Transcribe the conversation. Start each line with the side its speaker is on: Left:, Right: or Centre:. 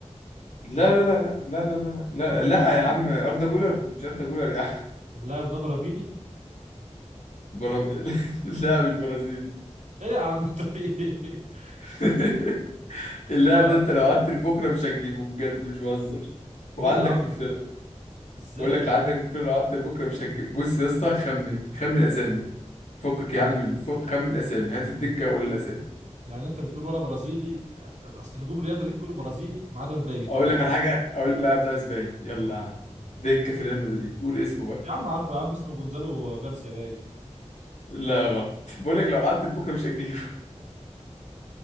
Left: لا لا لا لا لا لا لا لا
Right: اللاعب
Left: لا لا
Right: ده مش تركي
Left: يا عم أردا جولر مش أردا جولر يا عم
Right: اللاعب ده برازيلي
Left: برازيل <laughs> لا مش برازيل
Right: ايه يا عم انت في ايه
Left: <laughs>
Right: <laughs>
Left: اللاعب
Right: ولا
Left: ده أنت لو قعدت لبكرة مش هتجيبه بجد مش بهزر
Right: ليه
Left: وعندك
Right: يا عم
Left: في الفرق
Right: ازاي
Left: بقول لك
Right: يا
Left: عندك
Right: عم
Left: في الفرق لو قعدت لبكرة مش هتجيب بص يا اسطى خمن خمن أسامي فكك
Right: يعني
Left: يا عم فك خمن الأسامي هات الدكة قول الأسامي
Right: يعني انت بتقول ولا برازيلي اصل هجوم ريال مدريد كله برازيلي ما عدا مبابي تقريبا
Left: أقول لك على حاجة أقول اللاعب ده أسباني يلا يا عم دكة في ريال مدريد قول اسمه بقى
Right: يا عم عارفه يا عم اسمه جونزالو جارسيا باين
Left: لا غلط بقول لك لو قعدت لبكره مش هتجيبه